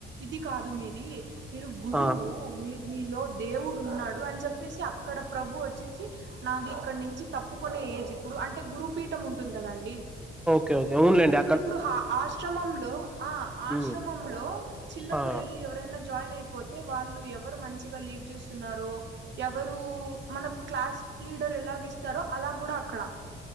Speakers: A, on the right (about 65°); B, in the centre.
A: ఇది కాదు మీది మీరు గురువు
B: ఆ
A: మీ మీలో దేవుడు ఉన్నాడు అని చెప్ చెప్పేసి అక్కడ ప్రభువు వచ్చేసి నాది ఇక్కడ నుంచి తప్పుకునే ఏజ్ ఇప్పుడు అంటే గురుపీఠం ఉంటుంది కదండి
B: కా గౌన్లేండి.
A: ఇప్పుడు హ ఆశ్రమంలో ఆ ఆశ్రమంలో
B: ఉమ్
A: చిన్నప్పుడు
B: ఆ
A: వెళ్ళి ఎవరన్నా జాయిన్ అయ్ అయిపోతే వాళ్ళు ఎవరు మంచిగా లీడ్ చేస్తున్నారో ఎవరు మనకు క్లాస్ లీ డర్ ఎలాగ ఇస్తారో అలా గూడా అక్కడ